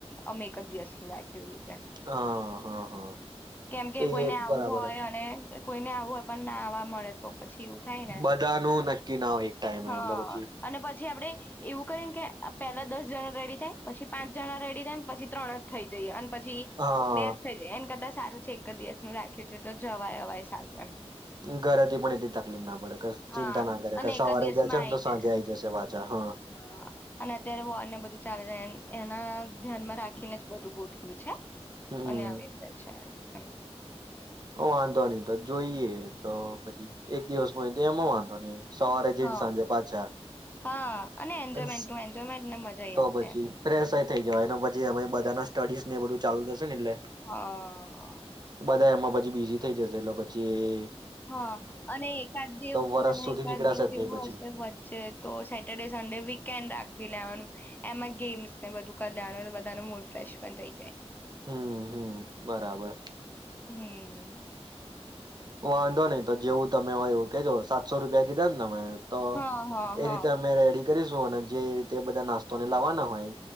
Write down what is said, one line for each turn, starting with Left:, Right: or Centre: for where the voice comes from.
Left: અમે એક જ દિવસ રાખેવી
Right: હા હા હા
Left: કેમ
Right: તો
Left: કે કોઈને
Right: એ
Left: આવું
Right: બરાબર
Left: હોય
Right: હ
Left: કોઈને આવું પણ ના આવવા મળે તો પછી એવું થાય ને
Right: બધાનું નક્કી ના હોય એક ટાઈમે
Left: હા
Right: એટલે પછી
Left: અને પછી આપડે એવું કરી કે પેલા દસ જણા રેડી થાય પછી પાંચ જણા રેડી થાય ને પછી ત્રણ.. થઈ જઈએ અને પછી
Right: હા
Left: બે જ થઈ જાય એને કરતા.. સારું છે એક જ દિવસ નું રાખ્યું છે તો જવાય અવાય સારું એમ
Right: ઘરેથી પણ એટલી તકલીફ ના પડે કશ ચિંતા
Left: હા
Right: ના કરે
Left: અને
Right: કે સવારે
Left: એક જ દિવસમાં
Right: ગયા છે ને તો સાંજે
Left: જાય
Right: આઈ જશે પાછા હા.
Left: હા અને અત્યારે વોર ને બધું ચાલે છે એન- એના ધ્યાનમાં રાખીને જ બધું ગોઠવ્યું છે.
Right: હમ
Left: અને આવી રીતે છે. એમ.
Right: હ વાંધો નહીં તો જોઈએ તો પછી એક દિવસમાં હોય તો એમાં વાંધો નહીં સવારે જઈને
Left: હા
Right: સાંજે પાછા
Left: હા અને એન્જોયમેન્ટનું
Right: અન
Left: એન્જોયમેન્ટને મજાઈ
Right: તો
Left: આવશે
Right: પછી
Left: એમ
Right: ફ્રૈશ એય થઈ જવાય એના પછી એમેય બધાના સ્ટડીઝ ને એ બધું ચાલુ થશ શે ને એટલે
Left: હા
Right: બધા એમાં પ છી બીઝી થઈ જશે એટલે પછી એ
Left: હા અને એકાદ દિવ
Right: વરસ
Left: અને
Right: સુધી
Left: એકાદ
Right: નીકળાશે
Left: દિવ
Right: જ નહી
Left: એવું
Right: પછી
Left: હશે વચ્ચે તો સેટર ડે સન્ડે વીકેન્ડ રાખી લેવાનું. એમાં ગેમ્સ ને બધું કર લેવાનું બધાનો મૂડ ફ્રેશ પણ થઈ જાય.
Right: હમ્મ હમ્મ બરાબર.
Left: <unintelligible>
Right: વાંધો નહીં તો જેવું તમે હોય એવું કેજો સાતસો રૂપિયા કીધા ન તમે? તો
Left: હ હ
Right: એ
Left: હ.
Right: રીતે અમે રેડી કરીશું અને જે રીતે બધા નાસ્તોને લાવવાના હોય